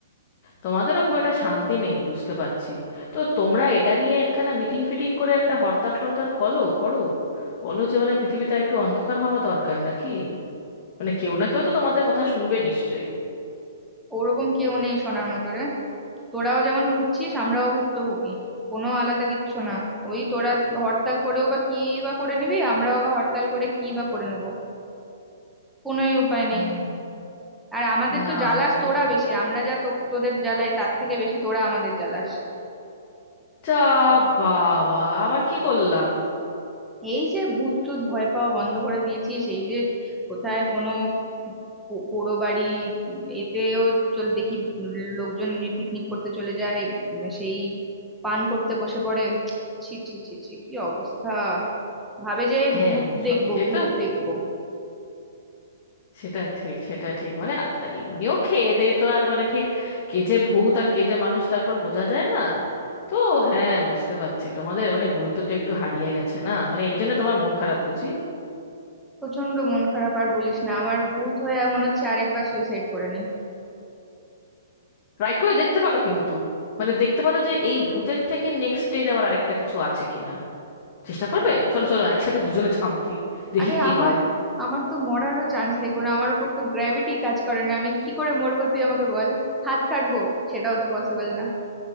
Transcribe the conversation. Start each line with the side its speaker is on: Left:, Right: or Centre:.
Left: তোমাদেরও খুব একটা শান্তি নেই বুঝতে পারছি তো তোমরা এটা নিয়ে একখানা মিটিং ফিটিং করে একটা হরতাল টরতাল করো করো বলো যে মানে পৃথিবীটা একটু অন্ধকার হওয়া দরকার নাকি মানে কেউ না কেউ তো তোমাদের কথা শুনবে নিশ্চয়ই
Centre: ওরকম কেউ নেই সোনার মতো রে তোরাও যেমন ভুগছিস আমরাও ভুক্তভোগী কোনো আলাদা কিচ্ছু না ওই তোরা হরতাল করেও বা কি বা করে নিবি আমরাও বা হরতাল করে কি বা করে নেবো কোনোই উপায়
Left: হুম।
Centre: নেই আর আমাদের
Left: না
Centre: তো জ্বালাস
Left: এটাও
Centre: তোরা
Left: ঠিক
Centre: বেশি আমরা যা তো- তোদের জ্বালাই তার থেকে বেশি তোরা আমাদের জ্বালাস
Left: তা বাবা আবার কি করলাম
Centre: এই যে ভূত টুত ভয় পাওয়া বন্ধ করে দিয়েছিস এই যে কোথায় কোনো পো- পোড়ো বাড়ি উম, এতেও চল দেখি লোকজন পিকনিক করতে চলে যায় উম, সেই পান করতে বসে পড়ে ছি ছি ছি ছি কি অবস্থা ভাবে যে
Left: হ্যাঁ
Centre: ভূত
Left: ওইসব
Centre: দেখবো
Left: খেয়ে
Centre: ভূত
Left: তো
Centre: দেখবো
Left: সেটা ঠিক সেটা ঠিক মানে আ- আ- এমনিও খেয়ে দে তো আর মানে ঠিক কে যে ভূত আর কে যে মানুষ তারপর বোঝা যায় না তো হ্যাঁ বুঝতে পারছি তোমাদের মানে গুরুত্বটা একটু হারিয়ে গেছে না মানে এই জন্য তোমার মন খারাপ বুঝি
Centre: প্রচন্ড মন খারাপ আর বলিস না আমার ভূত হয়ে মনে হচ্ছে আরেকবার সুইসাইড করে নি
Left: ট্রাই করে দেখতে পারো কিন্তু মানে দেখতে পারো যে এই ভূতের থেকে নেক্সট স্টেজ আবার আরেকটা কিছু আছে কিনা চেষ্টা করবে চলো চলো একসাথে দুজনে ঝাঁপ দিই দেখি
Centre: আরে
Left: কি
Centre: আমার
Left: হয়
Centre: আমার তো মরারও চান্স দেখবো না আমার উপর তো গ্র্যাভিটি কাজ করে না আমি কি করে মরবো তুই আমাকে বল হাত কাটবো সেটাও তো পসিবল না